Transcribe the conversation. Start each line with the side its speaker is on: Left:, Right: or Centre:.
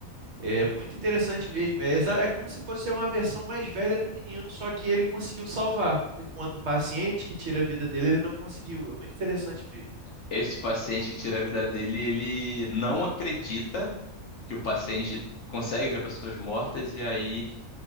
Right: É muito interessante mesmo. É, exa- é como se fosse uma versão mais velha do menino, só que ele conseguiu salvar. Enquanto o paciente que tira a vida dele, ele não conseguiu. É muito interessante mesmo.
Left: Esse paciente que tira a vida dele, ele não acredita que o paciente consegue ver pessoas mortas e aí